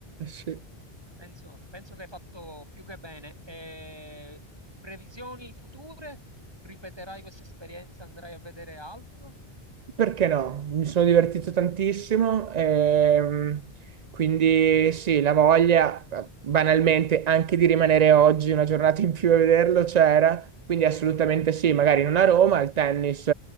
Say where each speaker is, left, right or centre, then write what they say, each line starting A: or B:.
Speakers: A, on the right; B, on the right.
A: sì.
B: Penso, penso che hai fatto più che bene. E previsioni future? Ripeterai questa esperienza? Andrai a vedere altro?
A: Perché no? Mi sono divertito tantissimo, ehm, quindi sì, la voglia eh, banalmente anche di rimanere oggi una giornata in più a vederlo c'era, quindi assolutamente sì, magari non a Roma, il tennis